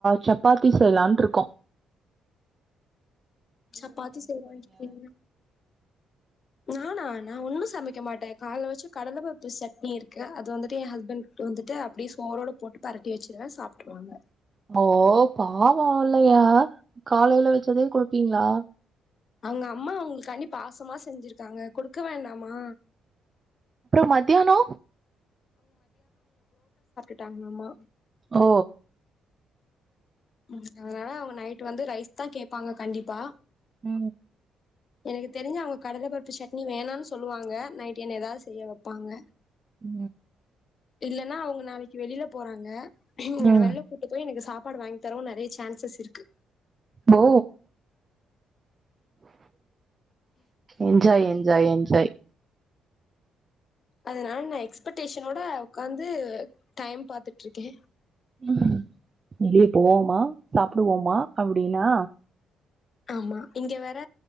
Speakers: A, on the right (about 30°); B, on the left (about 50°).
A: சப்பாத்தி செய்யலான்ட்ருக்கோ
B: சப்பாத்தி செய்றேனு சொன்னிங்க நானா நா ஒண்ணு சமைக்க மாட்டே கால்ல வச்ச கடல பருபு சட்னி இருக்கு அது வந்துட்டு எ ஹஸ்பண்ட்கு வந்துட்டு அப்டியே சோரோட போட்டு பேரட்டி வச்சிருவே சாப்ட்ருவாங்க
A: ஓ பாவோ இல்லையா காலைல வச்சதே குடுப்பீங்களா
B: அவுங்க அம்மா அவங்ளுக்காண்டி பாசமா செஞ்சிருக்காங்க குடுக்க வேண்டாமா
A: மத்யானோ
B: ட்டாங்கம்மா
A: ஓ
B: உ அதனால அவங்க நைட் வந்து ரைஸ் தா கேப்பாங்க கண்டிப்பா
A: உ
B: எனக்கு தெரிஞ்சி அவங்க கடல பருப்பு சட்னி வேணாம்னு சொல்லுவாங்க நைட் என்ன ஏதாவது செய்ய வைப்பாங்க
A: உ
B: இல்லன்னா அவங்க நாளைக்கு வெளில போறாங்க என்ன
A: ம்
B: வெள்ள கூட்டு போய் எனக்கு சாப் பாடு வாங்க் தரவ நெறயா சான்சஸ் இருக்கு
A: போ என்ஜாய் என்ஜாய் என்ஜாய்
B: அதனால நா எக்ஸ்பெக்டேஷனோட உக்காந்து டைம் பாத்துட்ருக்கே
A: உ வெளிய போவோமா சாப்டுவோமா அப்டின்னா
B: ஆமா இங்க வேற